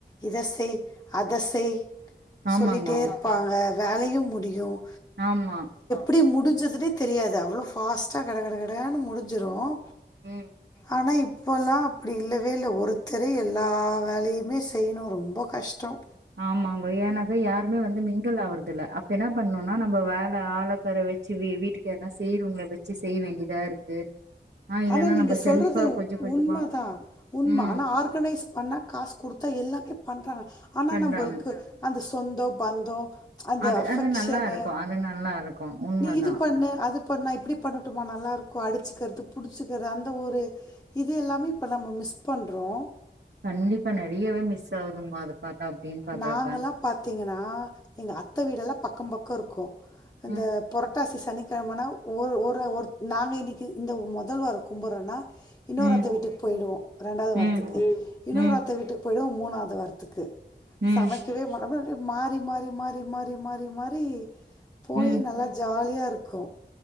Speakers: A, on the left (about 20°); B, on the right (about 75°).
A: இத செய் அத செய்
B: ஆமாங்கோ
A: சொல்லிட்டே இருப்பாங்க வேலையும் முடியும்
B: ஆமா
A: அப்படி முடிஞ்சதுன்னே தெரியாது அவ்வளோ ஃபாஸ்ட்டாக கட கட கடான்னு முடிஞ்சிடும்
B: ம்
A: ஆனா இப்போல்லாம் அப்டி இல்லவே இல்லை ஒருத்தரை எல்லா வேலையுமே செய்யணும் ரொம்ப கஷ்டம்
B: ஆமாங்க ஏன்னாக்கா யாருமே வந்து மிங்கல் ஆறதுல்ல அப்ப என்ன பண்ணும்னா நம்ம வேலை ஆளைக்கரை வச்சு வீ வீட்டுக்கு யார்னா செய்றவங்கள வச்சு செய்ய வேண்டியதா இருக்கு ஆ இல்லன்னா
A: ஆனா நீங்க
B: நம்ம
A: சொல்றது
B: செல்ஃபா கொஞ்ச கொஞ்சமா
A: உண்ம தான் உண்ம
B: ம்
A: ஆனா ஆர்கனைஸ் பண்ண காஸ் குடுத்தா எல்லா பண்றாங்க ஆனா
B: பண்றாங்க
A: நம்பளுக்கு அந்த சொந்தோ பந்தோ அந்த
B: அது
A: அஃபெக்ஷனு
B: அது நல்லா இருக்கு அது நல்லா இருக்கு உண்மதா
A: நீ இது பண்ணு அது பண்ணா இப்டி பண்ணட்டுமா நல்லாருக்கும் அடிச்சக்கறது புடிச்சிக்கறது அந்த ஒரு இது எல்லாமே இப்போ நம்ம மிஸ் பண்றோம்
B: கண்டிப்பா நெறையவே மிஸ் ஆகுதுங்கோ அது பாத்தா அப்டின்னு பாத்தாக்கா
A: நாங்கல்லா பாத்தீங்கன்னா எங்க அத்த வீடெல்லா பக்கோ பக் குக்கருகோ அந்த
B: ம்
A: பட்டாசி சனிக்கிழமைனா ஒரு ஒரு ஒரு நாங்கள் இன்னிக்கு இந்த முதல்வார கும்பிடறோன்னா இன்னொரு
B: ம்
A: அத்த வீட்டுக்கு போயிடுவோம் ரண்டாவது வாரத்துக்கு
B: ம்
A: இன்னொரு
B: ம்
A: அத்த வீட்டுக்கு போயிடும் மூணாவது வாரத்துக்கு
B: ம்
A: சமைக்கவே மா மாறி மாறி மாறி மாறி மாறி மாறி போய்
B: ம்
A: நல்லா காலியா இருக்கும்